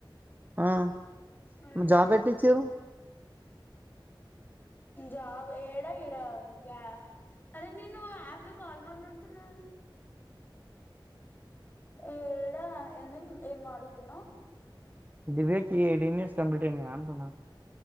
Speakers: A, on the right (about 20°); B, on the left (about 25°).
A: ఆ
B: అట్లా
A: మరి జాబ్ ఎట్ల ఇచ్చిరు
B: జాబ్ ఏడా ఈడా గ్యా అరే నేను యాప్ లో కాల్ మాట్లాడుతున్నా ఏడా ఏం అడుగుతున్నా
A: డిబేట్ ఈ ఎయిటీన్ ఇయర్స్ కంప్లీట్ అయినాయ అంటున్న